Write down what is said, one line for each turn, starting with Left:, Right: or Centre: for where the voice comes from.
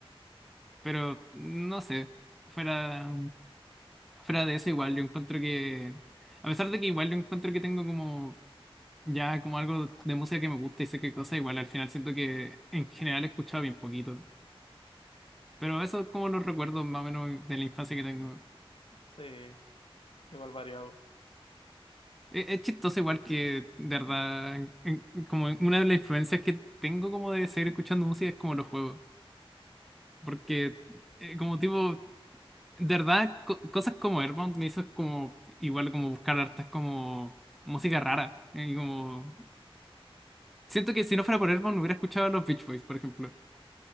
Centre: Pero no sé, fuera, fuera de eso igual yo encuentro que, a pesar de que igual yo encuentro que tengo como ya como algo de música que me gusta y sé qué cosa, igual al final siento que en general he escuchado bien poquito. Pero eso es como los recuerdos más o menos de la infancia que tengo.
Left: Sí, igual variado.
Centre: Es, es chistoso igual que, de verdad, en- en- como una de las influencias que tengo como de seguir escuchando música es como los juegos. Porque eh, como tipo, de verdad, co- cosas como Earthbound me hizo como igual como buscar hartas como música rara. eh, Y como... Siento que si no fuera por Earthbound hubiera escuchado a los Beach Boys, por ejemplo.